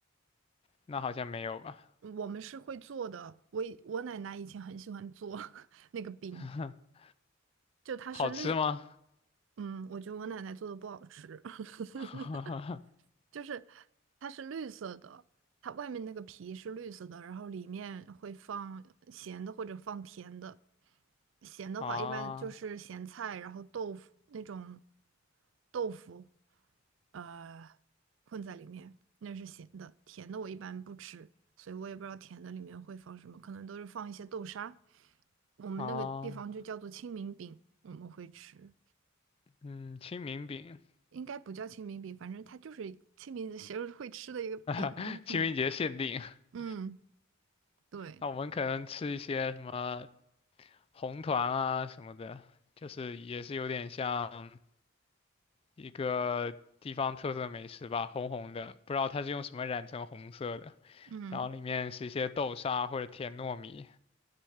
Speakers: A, on the left; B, on the right.
A: 那好像没有吧？
B: 我们是会做的，我以我奶奶以前很喜欢做 <laughs> 那个饼，
A: <laughs>
B: 就它是绿
A: 好吃吗？
B: 嗯，我觉得我奶奶做的不好吃，<laughs>
A: <laughs>
B: 就是它是绿色的，它外面那个皮是绿色的，然后里面会放咸的或者放甜的。咸的话一般就是咸菜，
A: 啊
B: 然后豆腐那种豆腐，呃，混在里面，那是咸的。甜的我一般不吃，所以我也不知道甜的里面会放什么，可能都是放一些豆沙。我们那个地方就叫做清明饼，
A: 啊，
B: 我们会吃。
A: 嗯，清明饼，
B: 应该不叫清明饼，反正它就是清明节会吃的一个饼。
A: <laughs> 清明节限定。
B: <laughs> 嗯
A: <laughs>
B: 嗯，对，
A: 那我们可能吃一些什么红团啊什么的，就是也是有点像。一个地方特色美食吧，红红的，不知道它是用什么染成红色的。
B: 嗯，
A: 然后里面是一些豆沙或者甜糯米，